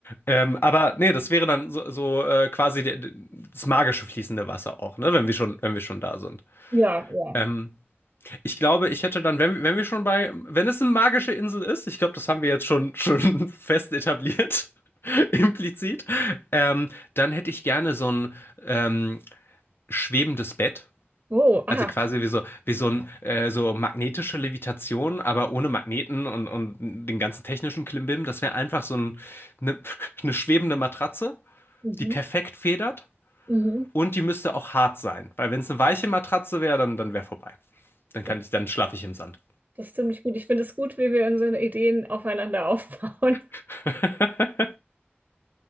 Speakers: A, on the left; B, on the right.
A: Ähm, aber nee, das wäre dann so, so äh, quasi der, das magische fließende Wasser auch, ne? Wenn wir schon, wenn wir schon da sind.
B: Ja, ja.
A: Ähm, ich glaube, ich hätte dann, wenn, wenn wir schon bei, wenn es eine magische Insel ist, ich glaube, das haben wir jetzt schon, schon <laughs> fest etabliert, <laughs> implizit, ähm, dann hätte ich gerne so ein ähm, schwebendes Bett.
B: Oh, ah.
A: Also quasi wie so, wie so, ein, äh, so magnetische Levitation, aber ohne Magneten und, und den ganzen technischen Klimbim. Das wäre einfach so ein, eine, <laughs> eine schwebende Matratze,
B: Mhm,
A: die perfekt federt
B: mhm.
A: und die müsste auch hart sein. Weil wenn es eine weiche Matratze wäre, dann, dann wäre vorbei. Dann
B: Das,
A: kann ich, dann schlafe ich im Sand.
B: das ist ziemlich gut. Ich finde es gut, wie wir unsere Ideen aufeinander <laughs> aufbauen.
A: <laughs>